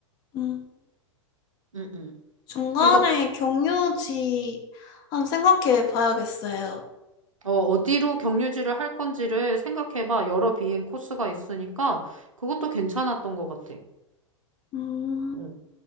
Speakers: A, on the left; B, on the right.
A: 음.
B: 응, 응.
A: 중간에
B: 그래서
A: 경유지 한번 생각해 봐야겠어요.
B: 어, 어디로 경유지를 할 건지를 생각해봐. 여러 비행 코스가 있으니까 그것도 괜찮았던 것 같아.
A: 음,
B: 응.